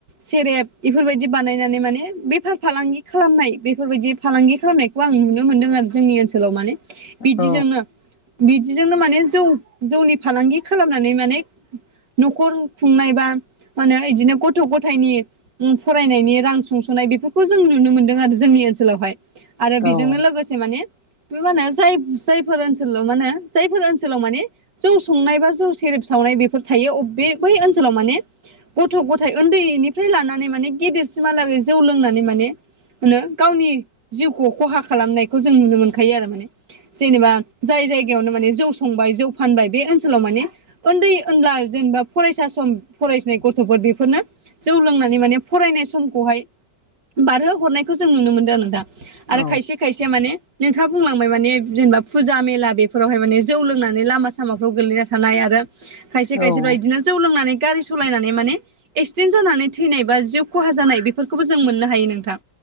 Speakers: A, on the right (about 55°); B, on the left (about 45°).
A: सेरेप बेफोरबायदि बानायनानै माने बेफार फालांगि खालामनाय बेफोरबायदि फालांगि खालामनायखौ आं नुनो मोनदों आरो जोंनि ओनसोलाव माने बिदिजोंनो
B: औ
A: बिदिजोंनो माने जौ जौनि फालांगि खालामनानै माने न'खर खुंनाय बा मा होनो बिदिनो गथ' गथायनि फरायनायनि रां सुंस'नाय बेफोरखौ जों नुनो मोनदों आरो जोंनि ओनसोलावहाय आरो
B: औ
A: बेजोंनो लोगोसे माने बे मा होनो जाय जायफोर ओनसोलाव मा होनो जायफोर ओनसोलाव माने जों संनाय बा जों सेरेब सावनाय बेफोर थायो अबे बै ओनसोलाव माने गथ' गथाय उन्दैनिफ्राय लानानै माने गेदेरसिमहालागै जौ लोंनानै माने मो गावनि जिउखौ खहा खालामनायखौ जों नुनो मोनखायो आरो माने जेनेबा जाय जायगायावनो माने जौ संबाय जौ फानबाय बे ओनसोलाव माने उन्दै उनला जेनेबा फरायसा सम फरायसनाय गथ'फोर बेफोरनो जौ लोंनानै माने फरायनाय समखौहाय बारहो हरनायखौ जों नुनो मोनदों दा आरो
B: औ
A: खायसे खायसेया माने नोंथाङा बुंलांबाय माने जेनेबा फुजा मेला बेफोरावहाय माने जौ लोंनानै लामा सामाफ्राव गोल्लैना थानाय आरो खायसे
B: औ
A: खायसेफ्रा इदिनो जौ लोंनानै गारि सालायनानै माने एक्सिडेन्ट जानानै थैनाय बा जिउ खहा जानाय बेफोरखौबो जों मोननो हायो नोंथां